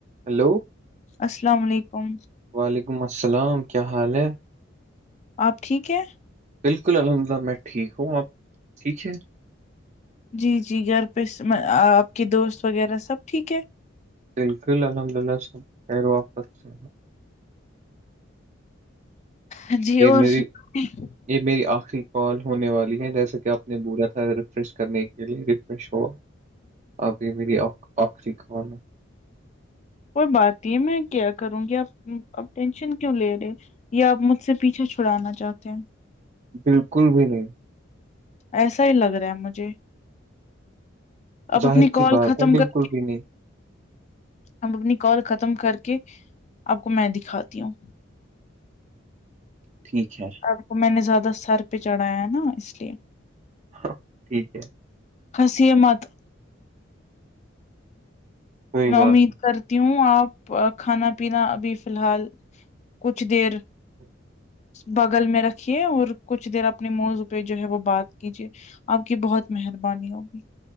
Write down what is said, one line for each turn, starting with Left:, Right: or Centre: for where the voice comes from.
Right: Hello
Left: السلام علیکم
Right: وعلیکم السلام کیا حال ہے
Left: آپ ٹھیک ہیں
Right: بالکل الحمدللہ میں ٹھیک ہوں آپ ٹھیک ہے
Left: جی جی گھر پہ آپ کے دوست وغیرہ سب ٹھیک ہے
Right: بالکل الحمد للہ سب خیر و آفت سے
Left: اں جی
Right: یہ
Left: اور
Right: میری
Left: سن <unintelligible>
Right: یہ میری آخری کال ہونے والی ہے جیسے کہ آپ نے بولا تھا ریفریش کرنے کے لیے ریفریش ہو اب یہ میری آخری کال ہے
Left: کوئی بات نہیں ہے میں کیا کروں گی آپ اب ٹینشن کیوں لے رہے یا آپ مجھ سے پیچھے چھڑانا چاہتے ہیں
Right: بالکل بھی نہیں
Left: ایسا ہی لگ رہا ہے مجھے اب
Right: ظاہر
Left: اپنی
Right: سی
Left: کال
Right: بات
Left: ختم
Right: ہے بالکل
Left: کر کے
Right: بھی نہیں
Left: اب اپنی کال ختم کر کے آپ کو میں دکھاتی ہوں
Right: ٹھیک ہے
Left: سب کو میں نے زیادہ سر پہ چڑھایا ہے نا اس لیے
Right: ہاں ٹھیک ہے
Left: ہنسیے مت
Right: کوئی
Left: میں
Right: بات
Left: امید کرتی ہوں آپ کھانا پینا ابھی فی الحال کچھ دیر
Right: نہیں
Left: بغل میں رکھی اور کچھ دیر اپنے موضوع پہ جو ہے وہ بات کیجیے آپ کی بہت مہربانی ہوگی